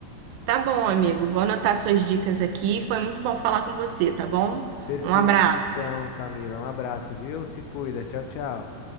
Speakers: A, on the right; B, on the left.
A: Tá bom, amigo. Vou anotar suas dicas aqui. Foi muito bom falar com você, tá bom?
B: Perfeito,
A: Um abraço.
B: então, Camila, um abraço, viu? Se cuida, tchau, tchau.